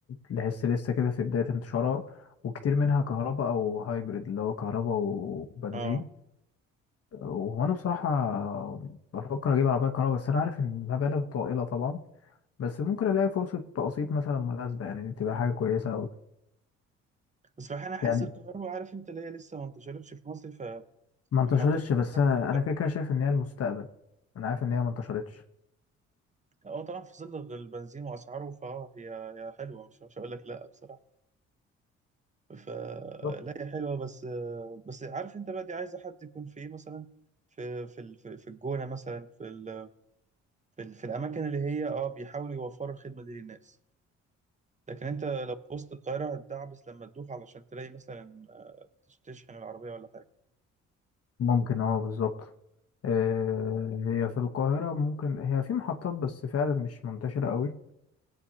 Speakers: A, on the left (about 50°); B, on the right (about 25°).
A: لسه لسه كده في بداية انتشارها وكتير منها كهرباء او هايبريد اللي هو كهرباء وبنزين
B: اه
A: وانا بصراحة بفكر اجيب عربية كهرباء بس انا عارف ان مبالغ طائلة طبعا بس ممكن الاقي فرصة تقسيط مثلا مناسبة يعني دي تبقى حاجة كويسة اوي
B: بس بح- انا حاسس
A: يعني
B: الكهرباء عارف انت اللي هي لسه ما انتشرتش في مصر فمحطات
A: ما انتشرتش بس
B: الشحن
A: انا
B: بتاع-
A: أنا كده كده شايف ان هي المستقبل انا عارف ان هي ما انتشرتش
B: اه طبعا في ظل البنزين واسعاره فهي هي حلوه مش مش هقول لك لا بصراحه فلا
A: بالظبط.
B: هي حلوه بس بس عارف انت بقى دي عايزه حد يكون في ايه مثلا في في ال- في في الجونه مثلا في ال في, ال في الاماكن اللي هي اه بيحاولوا يوفروا الخدمه دي للناس لكن انت لو في وسط القاهره هتدعبس لما تدوخ علشان تلاقي مثلا تش- تشحن العربيه ولا حاجه
A: ممكن اه بالظبط آه، هي في القاهرة ممكن هي في محطات بس فعلا مش منتشرة قوي